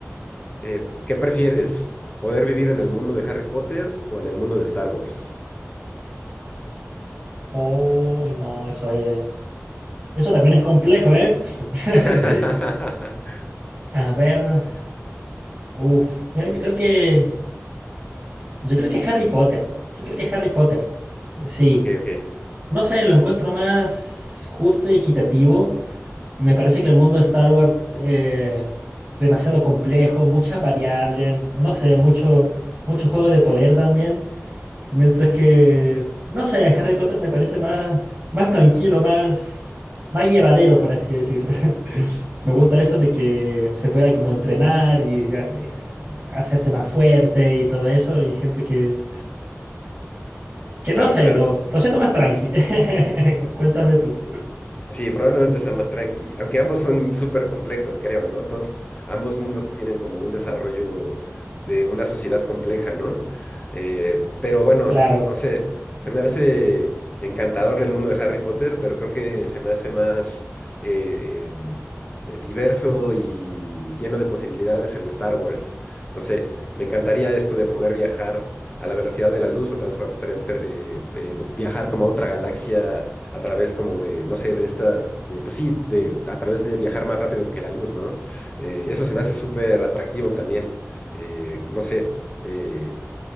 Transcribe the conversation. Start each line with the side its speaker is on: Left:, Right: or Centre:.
Left: Eh, ¿qué prefieres? ¿Poder vivir en el mundo de Harry Potter o en el mundo de Star Wars?
Right: <laughs> Uy, no, eso es. Eso también es complejo, ¿eh? <laughs>
Left: <laughs>
Right: A ver. Uf. Mira, yo creo que. Yo creo que Harry Potter. Yo creo que Harry Potter. Sí.
Left: Ok, ok.
Right: No sé, lo encuentro más justo y equitativo. Me parece que el mundo de Star Wars eh, demasiado complejo, muchas variables, no sé, mucho, mucho juego de poder también. Mientras que, no sé, Harry Potter me parece más, más tranquilo, más, más llevadero, por así decir. <laughs> Me gusta eso de que se pueda como entrenar y, ya- y, eh, hacerte más fuerte y todo eso. Y siento que, que
Left: Claro,
Right: no sé,
Left: claro.
Right: lo, lo siento más tranqui. <laughs> Cu- Cuéntame tú.
Left: Sí, probablemente sea más tranqui, aunque ambos son súper complejos, creo, ¿no? Todos, ambos mundos tienen como un desarrollo de una sociedad compleja, ¿no? Eh, pero bueno,
Right: Claro,
Left: no sé, se me hace encantador el mundo de Harry Potter, pero creo que se me hace más eh, em, eh, diverso y lleno de posibilidades el de Star Wars. No sé, me encantaría esto de poder viajar a la velocidad de la luz o transfor- tre- tre- eh, eh, viajar como a otra galaxia a través como de, no sé, de esta, de, pues sí, de, a través de viajar más rápido que la luz, ¿no? Eh, eso se me hace súper atractivo también, eh, no sé, eh,